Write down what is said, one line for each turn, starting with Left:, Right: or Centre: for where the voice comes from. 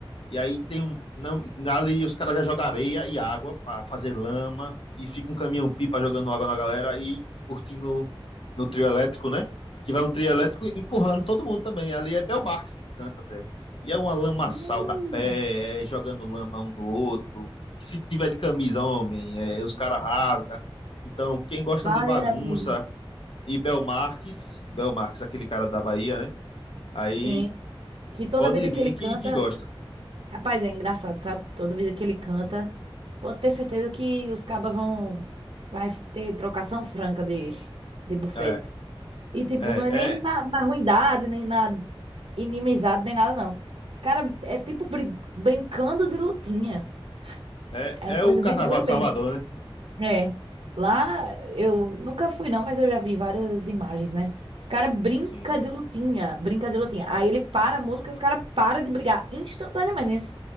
Left: E aí tem um. Não, ali os caras já jogam areia e água pra fazer lama. E fica um caminhão-pipa jogando água na galera e curtindo no trio elétrico, né? Que vai um trio elétrico empurrando todo mundo também. Ali é Belmarx que canta até. E é uma lamaçal
Right: Hum,
Left: da pé, é jogando lama um no outro. Se tiver de camisa, homem, é, os caras rasga. Então, quem gosta
Right: Vale,
Left: de bagunça
Right: amigo.
Left: e Belmarques, Belmarques, aquele cara da Bahia, né? Aí
Right: Sim. Que toda
Left: pode
Right: vez
Left: vir
Right: que ele canta.
Left: que, que gosta.
Right: Rapaz, é engraçado, sabe? Toda vez que ele canta, pode ter certeza que os cabas vão. Vai ter trocação franca de, de bufete.
Left: É,
Right: E, tipo,
Left: é,
Right: não é nem
Left: é,
Right: na, na ruindade, nem na inimizade, nem nada, não. Os caras é tipo brin- brincando de lutinha.
Left: É,
Right: É
Left: é
Right: uma coisa
Left: o Carnaval
Right: de doido
Left: de
Right: mesmo.
Left: Salvador, né?
Right: É, lá eu nunca fui não, mas eu já vi várias imagens, né? Os caras brinca
Left: Sim.
Right: de lutinha, brinca de lutinha. Aí ele para a música, os caras param de brigar instantaneamente. Eles